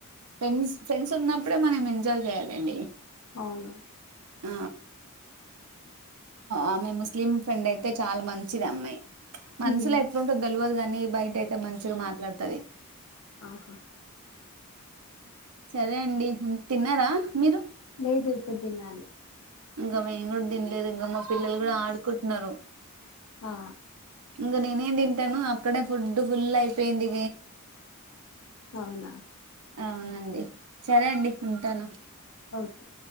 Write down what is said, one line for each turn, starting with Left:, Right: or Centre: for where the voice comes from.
Right: ఫ్రెండ్స్ ఫ్రెండ్స్ ఉన్నప్పుడే మనం ఎంజాయ్ చేయ్యాలండి.
Left: అవును
Right: ఆ ఆమె ముస్లిం ఫ్రెండ్ అయితే చాలా మంచిదమ్మాయి. మనసులో
Left: ఉమ్
Right: ఎట్ల ఉంటదో తెలివదు. కానీ బయట ఎట్ తే మంచిగా మాట్లాడతది
Left: ఆహా
Right: సరే అండి, తిన్నారా మీరు?
Left: లేదు ఇప్పుడు తినాలి.
Right: ఇంకా మేము కూడా తిన్లేదు ఇంకా, మా పిల్లలు కూడా ఆడుకుంటున్నారు.
Left: ఆ
Right: ఇంగ నేనేం తింటాను, అక్కడే ఫుడ్ ఫుల్లయిపోయింది.
Left: అవునా
Right: అవునండి, సరే అండి ఉంటాను.
Left: ఓకే